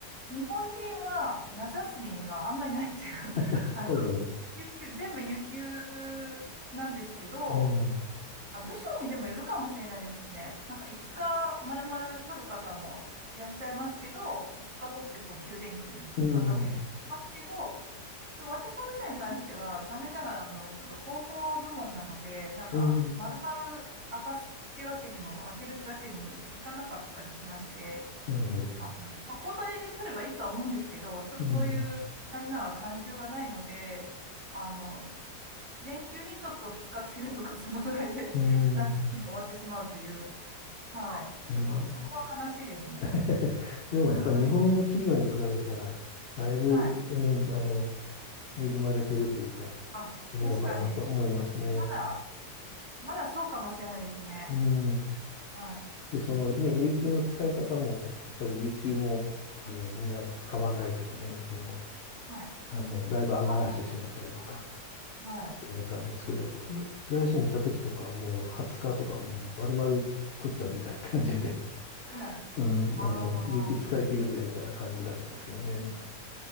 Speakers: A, on the right; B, on the left.
A: 日本人は夏休みがあんまりないっていう、
B: <laughs>
A: <laughs> あの、
B: そうだね。
A: 有給、全部有給なんですけど、
B: うん。
A: あ、部署にでもよるかもしれないですね。なんか5日丸々取る方もいらっしゃいますけど、5日取ってこう9連休にする方もいますけど、
B: うん。
A: 私の部署に関しては残念ながらあの、ちょっと広報部門なので、なんか丸々明かすってわけにも、
B: うん。
A: 開けるってわけにもいかなかったりしまして、
B: なるほど。
A: あの、まあ、交代で取ればいいとは思うんですけど、ちょっとそういう残念ながら慣習がないので、
B: うん。
A: あの、連休にちょっと2日つけるとか、そのぐらいで
B: うん。
A: <laughs> 夏休みが終わってしまうという。はい。
B: うん。
A: ちょっとそこは悲しいですね。
B: <laughs> でもやっぱり日本の企業に比べたら、
A: <laughs>
B: だいぶ、
A: はい。
B: うん、あの、恵まれてるというか、
A: あ、
B: いいのかなと思いますね。
A: 確かに。まだ、まだそうかもしれないですね。
B: うん。
A: はい。
B: で、そのね、有給の使い方も、やっぱり有給も、あの、みんな使わないとかね、その、
A: はい。あ
B: あの、だいぶ余らしてしまったりとか
A: ーはい。
B: するような感じですけど、が外資にいた時とかはもう20日とかもう丸々取っちゃうみたいな感じで、<laughs>
A: はい。
B: うん、
A: ああ、
B: あの、有給使い切るぜみたいな感じだったんですけどね。
A: うん